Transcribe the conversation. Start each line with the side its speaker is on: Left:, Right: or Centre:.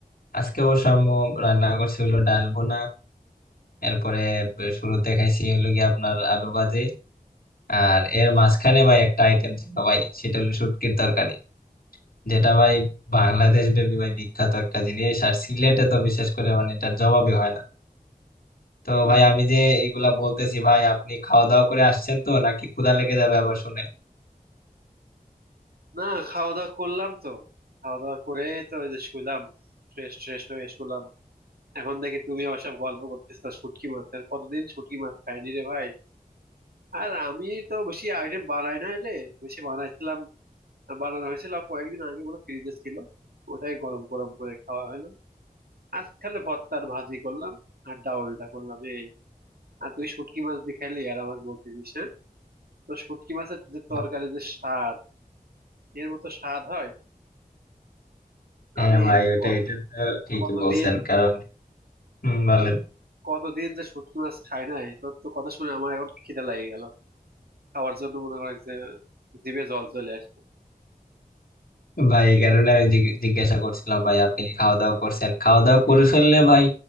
Left: আজকে অবশ্য আম্মু রান্না করছে হলো ডাল বোনা এরপরে শুরুতে খাইছি হলো গিয়ে আপনার আলু ভাজি আর এর মাঝখানে ভাই একটা আইটেম ছিল ভাই সেটা হলো শুটকির তরকারি যেটা ভাই বাংলাদেশ ব্যাপী ভাই বিখ্যাত একটা জিনিস আর সিলেটে তো বিশেষ করে মানে এটার জবাবই হয় না তো
Right: হম
Left: ভাই আমি যে এগুলা বলতেছি ভাই আপনি খাওয়া দাওয়া করে আসছেন তো নাকি ক্ষুধা লেগে যাবে আবার শুনে
Right: না খাওয়া দাওয়া করলাম তো খাওয়া দাওয়া করে তো ওই যে শুলাম ফ্রেশ ট্রেশ হয়ে শুলাম এখন দেখি তুমি আমার সব গল্প করতেছো শুটকি মাছের কতদিন শুটকি মাছ খাইনি রে ভাই আর আমি তো বেশি আইটেম বানাই না রে বেশি বানাইছিলাম বানানো হয়েছিল কয়েকদিন আগে বলে ফ্রিজে ছিল ওটাই গরম গরম করে খাওয়া হলো আজ খালে ভর্তা আর ভাজি করলাম আর ডাউলটা করলাম এই আর তুই শুটকি মাছ দিয়ে খাইলি আর আমাকে বলতেছিস তো শুটকি মাছের যে তরকারি
Left: বা-
Right: যে স্বাদ এর মতো স্বাদ হয়
Left: হ্যাঁ
Right: আরে
Left: ভাই ওটা
Right: কত-
Left: এটা তো ঠিকই
Right: কতদিন
Left: বলছেন কারণ হম বলেন
Right: কতদিন যে শুটকি মাছ খাই নাই তোর তো কথা শুনে আমার এখন খিদে লাগে গেল খাওয়ার জন্য মনে করে যে জিভে জল চলে আসছে
Left: ভাই
Right: তুই
Left: কেননা আমি জিজ্ঞে- জিজ্ঞাসা করছিলাম ভাই আপনি কি খাওয়া দাওয়া করছেন খাওয়া দাওয়া করে ফেললে ভাই